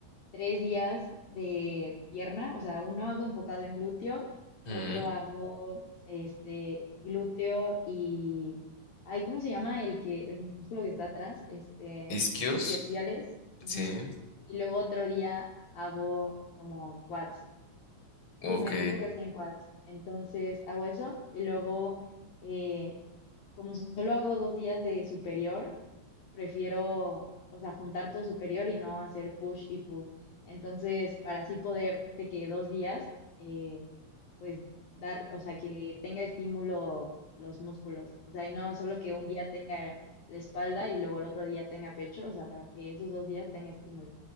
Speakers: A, on the left; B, on the left.
A: tres días de pierna, o sea, uno hago enfocado en glúteo,
B: mm.
A: otro hago este glúteo y, ay, ¿cómo se llama el que, el músculo que está atrás? Este,
B: Isquios,
A: isquiotibiales. Ujú.
B: sí,
A: Y luego otro día hago como quads.
B: ok,
A: Sí, me enfoco casi en quads. Entonces hago eso y luego eh, como solo hago dos días de superior, prefiero, o sea, juntar todo superior y no hacer push y pull. Entonces, para así poder de que dos días, eh, pues dar, o sea, que tenga estímulo los músculos. O sea, y no solo que un día tenga la espalda y luego el otro día tenga pecho, o sea, para que esos dos días tenga estímulo.